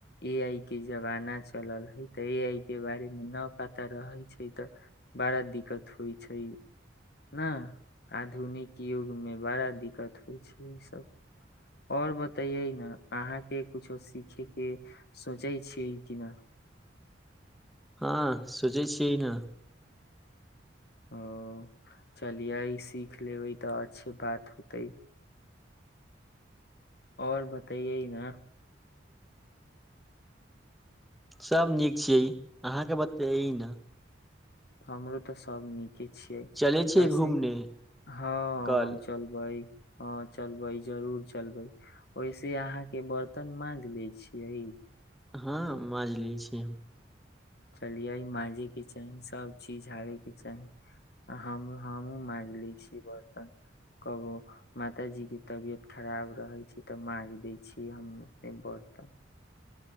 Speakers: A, on the left; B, in the centre.
A: ए आइ के जमाना चलल है तऽ ए आइ के बारे मे नहि पता रहै छै तऽ बड़ा दिक्कत होइ छै ने आधुनिक युग मे बड़ा दिक्कत होइ छै ईसभ आओर बतैयै ने अहाँके कछो सीखे के सोचै छीियै कि न
B: हँ सोचै छियै ने
A: ओ चलियै सीख लेबै तऽ अच्छे बात होतै आओर बताइयए ह ने
B: सभ नीक छिय अहाँके बते ने
A: हमरो तऽ सब नीके छियै
B: चलै छियै
A: ऐसे
B: घूमने
A: हँ
B: कल
A: हम चलबै हँ चलबै जरूर चलबै ओहिसे अहाँके बर्तन माँज ले छियै
B: हँ माँाजलिये छी हम
A: चलियै माँजयके चाही सभचीज आबयके चाही आ हम हमहूँ माँजि लैत छी बरतन कहबो माताजीके तबियत खराब रहै छै तऽ माँजि दैत छीियै हम अप बरतन